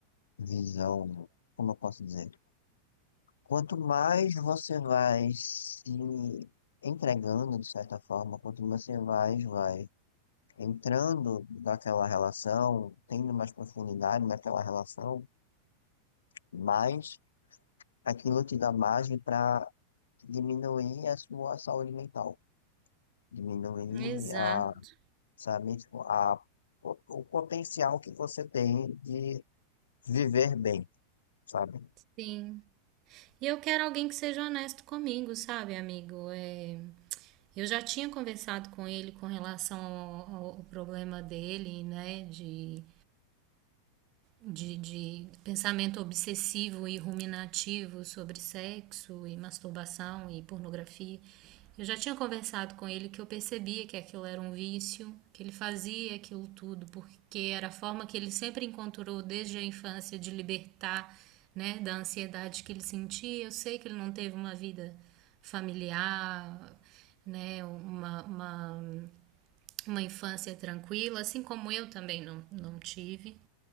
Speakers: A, on the left; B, on the right.
A: visão, como eu posso dizer? Quanto mais você vai se entregando, de certa forma, quanto mais você vai, vai entrando naquela relação, tendo mais profundidade naquela relação, mais aquilo te dá margem para diminuir a sua saúde mental, diminuir
B: Exato,
A: a, sabe, tipo, a, o, o potencial que você tem de viver bem, sabe?
B: sim. E eu quero alguém que seja honesto comigo, sabe, amigo? É, eu já tinha conversado com ele com relação ao, ao problema dele, né, de de, de pensamento obsessivo e ruminativo sobre sexo e masturbação e pornografia. Eu já tinha conversado com ele que eu percebia que aquilo era um vício, que ele fazia aquilo tudo porque era a forma que ele sempre encontrou desde a infância de libertar, né, da ansiedade que ele sentia. Eu sei que ele não teve uma vida familiar, né, uma, uma uma infância tranquila, assim como eu também não, não tive.